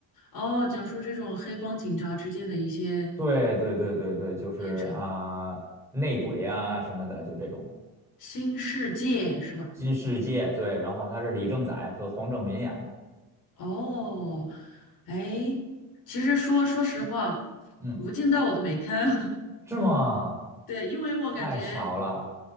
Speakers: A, on the left; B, in the centre.
A: 哦，讲述这种黑帮警察之间的一些
B: 对对对对对，就是啊、
A: 片酬，
B: 内鬼啊什么的，就这种
A: 《新世界是吧？
B: 《新世界》，对，然后他是李正宰和黄正民演的，
A: 哦，哎，其实说说实话，
B: 嗯，
A: 《无间道》我都没看，
B: 是吗？
A: <laughs> 对，因为我感觉
B: 太少了，